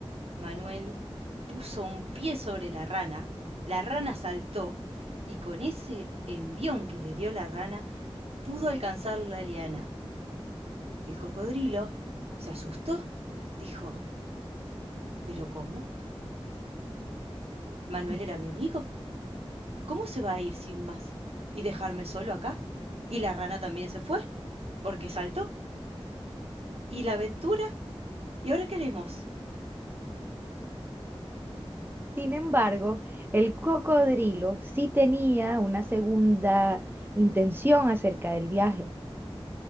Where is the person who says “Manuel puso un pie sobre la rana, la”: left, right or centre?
Right